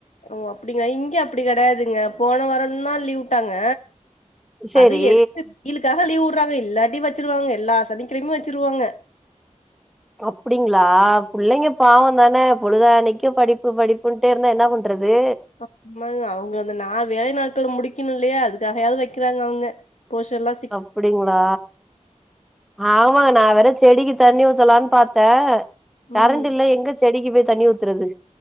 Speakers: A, on the left; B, in the centre.
A: ஓ அப்டிங்களா இங்க அப்டி கெடையாதுங்க போன வாரம்லாம் லீவ் விட்டாங்க
B: சேரி
A: அது எதுக்கு வெயிலுக்காக லீவ் விடுறாங்க இல்லாட்டி வச்சிருவாங்க எல்லா சனிக்கெழமையு வச்சிருவாங்க
B: அப்டிங்களா பிள்ளைங்க பாவம் தான பொழுதானைக்கு படிப்பு படிப்பு ட்டேஇருந்தா என்ன பண்றது
A: ஆமாங்க அவங்க அந்த நா வேலை நாட்கள முடிக்கணு இல்லையா அதுக்காகையாவது வக்கிறாங்க அவுங்க போஷன் எல்லா
B: அப்டிங்ளா ஆமாங்க நா வேற செடிக்கு தண்ணி ஊத்தலான்னு பாத்தே
A: ம்
B: கரண்ட் இல்ல எங்க செடிக்கு போய் தண்ணி ஊத்துறது